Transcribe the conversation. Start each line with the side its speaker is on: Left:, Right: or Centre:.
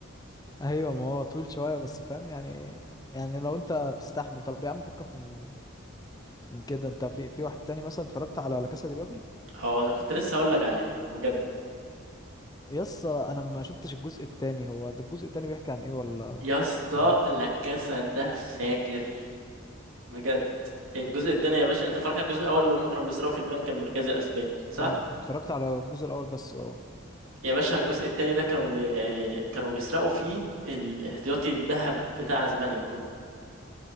Left: ايوه ما هو طويل شويه بس فاهم يعني يعني لو انت بتستحمل طب يا عم فكك من من كده انت في في واحد تاني مثلا اتفرجت على لا كاسا دي بابل
Right: هو انا كنت لسه هقول لك عليه بجد
Left: يس انا ما شفتش الجزء التاني هو ده الجزء التاني بيحكي عن ايه ولا
Right: يا اسطى
Left: تعرفش
Right: لاكاسا ده فاجر بجد الجزء التاني يا باشا انت فاكر الجزء الاول اللي هم كانوا بيسرقوا في البنك المركزي الاسباني صح
Left: اه انا اتفرجت على الجزء الاول بس اه
Right: يا باشا الجزء التاني ده كانوا بي... كانوا بيسرقوا فيه الاحتياطي الذهب بتاع اسبانيا كله